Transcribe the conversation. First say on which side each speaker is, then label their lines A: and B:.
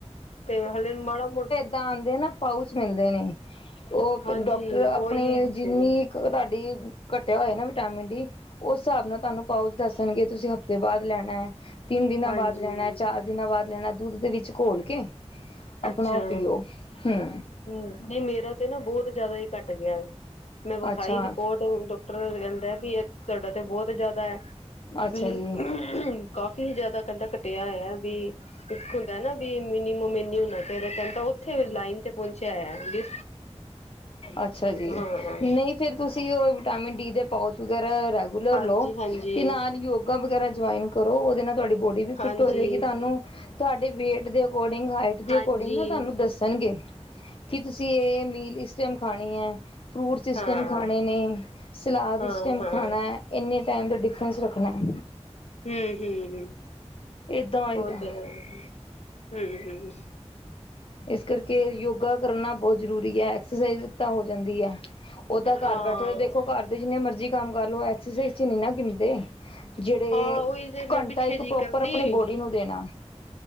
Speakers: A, on the left (about 70°); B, on the left (about 55°).
A: ਤੇ ਹਲੇ ਮਾੜਾ ਮੋਟਾ
B: ਦਾਂ ਆਦੇ ਨਾ ਪਾਊਚ ਮਿਲਦੇ ਨੇ, ਉਹ
A: ਹਾਂਜੀ
B: ਡਾਕਟਰ ਆਪਣੀ
A: ਉਹੀ ਦਿੱਤੇ
B: ਜਿੰਨੀ
A: ਨੇ
B: ਕਿਉਂਕਿ ਤਾਡੀ ਕੱਟਿਆ ਹੋਇਆ ਵਿਟਾਮਿਨ ਡੀ। ਉਸ ਹਿਸਾਬ ਨਾਲ ਤੁਹਾਨੂੰ ਪਾਉਚ ਦੱਸਣਗੇ ਤੁਸੀਂ ਹਫ਼ਤੇ ਬਾਅਦ ਲੈਣਾ ਐ। ਤਿੰਨ ਦਿਨਾਂ
A: ਹਾਂਜੀ
B: ਬਾਅਦ ਲੈਣਾ, ਚਾਰ ਦਿਨਾਂ ਬਾਅਦ ਲੈਣਾ, ਦੁੱਧ ਦੇ ਵਿੱਚ ਘੋਲ ਕੇ ਅਪਣਾ
A: ਅੱਛਾ
B: ਓ ਪੀਓ। ਹੂੰ।
A: ਹਮ, ਨਹੀਂ ਮੇਰਾ ਤੇ ਨਾ ਬਹੁਤ ਜ਼ਿਆਦਾ ਹੀ ਘੱਟ ਗਿਆ। ਮੈਂ ਵਿਖਾਈ
B: ਅੱਛਾ
A: ਰਿਪੋਰਟ ਡਾਕਟਰ ਕਹਿੰਦਾ ਵੀ ਇਹ ਤੁਹਾਡਾ ਤੇ ਬਹੁਤ ਜ਼ਿਆਦਾ ਐ,
B: ਅੱਛਾ
A: ਵੀ
B: ਜੀ
A: ਕਾਫੀ ਜਿਆਦਾ ਕਹਿੰਦਾ ਘਟਿਆ ਹੋਇਆ, ਵੀ ਇੱਕ ਹੁੰਦਾ ਨਾ ਵੀ ਮਿਨੀਮਮ ਇਨੀ ਨਾ ਫੇਰ ਕਹਿੰਦਾ ਉੱਥੇ ਲਾਈਨ ਤੇ ਪਹੁੰਚਿਆ ਹੋਇਆ।
B: ਅੱਛਾ ਜੀ
A: ਹਾਂ-ਹਾਂ।
B: ਨਹੀਂ ਫਿਰ ਤੁਸੀਂ ਉਹ ਵਿਟਾਮਿਨ ਡੀ ਦੇ ਪਾਉਚ ਵਗੈਰਾ ਰੈਗੂਲਰ
A: ਹਾਂਜੀ
B: ਲਓ
A: ਹਾਂਜੀ
B: ਤੇ ਨਾਲ ਯੋ ਗਾ ਵਗੈਰਾ ਜਆਇਨ ਕਰੋ, ਉਹਦੇ ਨਾਲ ਤੁਹਾਡੀ ਬੋਰ ਡੀ ਵੀ
A: ਹਾਂਜੀ
B: ਫਿੱਟ ਹੋ ਜਾਏਗੀ, ਤੁਹਾਨੂੰ ਤੁਹਾਡੇ ਵੇਟ ਦੇ ਅਕੋਰਡਿੰਗ ਹਾਈਟ ਦੇ
A: ਹਾਂਜੀ
B: ਅਕੋਰਡਿੰਗ ਨਾ ਤੁਹਾਨੂੰ ਦੱਸਣਗੇ ਕੀ ਤੁਸੀਂ ਇਹ ਮੀਲ ਇਸ ਟਾਈਮ ਖਾਣੀ ਐਂ। ਫਰੂਟਸ ਇਸ
A: ਹਾਂ
B: ਟਾਈਮ
A: ਹਾਂ
B: ਖਾਣੇ ਨੇ, ਸਲਾਦ
A: ਹਾਂ
B: ਇਸ ਟਾਈਮ ਖਾਣਾ। ਇੰਨੇ ਟਾਈਮ ਦਾ ਡਿਫਰੈਂਸ ਰੱਖਣਾ।
A: ਹੂੰ-ਹੂੰ-ਹੂੰ
B: ਏਦਾਂ ਹੋਏਗਾ
A: ਉਹ ਤੇ ਹੂੰ-ਹੂੰ।
B: ਇਸ ਕਰਕੇ ਯੋਗਾ ਕਰਨਾ ਬਹੁਤ ਜ਼ਰੂਰੀ ਐ। ਐਕਸਰਸਾਈਜ਼ ਤਾਂ ਹੋ ਜਾਂਦੀ ਐ। ਓਦਾਂ
A: ਹਾਂ
B: ਘਰ ਬੈਠੇ ਤਾਂ ਦੇਖੋ ਘਰ ਦੇ ਜਿੰਨੇ ਮਰਜੀ ਕੰਮ ਕਰ ਲੋ ਐਕਸਰਸਾਈ ਚ ਨੀ ਨਾ ਗਿਂਦੇ। ਜਿਹੜੇ
A: ਹਾਂ ਉਹੀ ਜੇ ਮੈਂ
B: ਘੰਟਾ
A: ਪਿੱਛੇ
B: ਇੱਕ
A: ਜੀ
B: ਪ੍ਰੋਪਰ
A: ਕਰਦੀ
B: ਆਪਣੇ ਬੋਡੀ ਨੂੰ ਦੇਣਾ।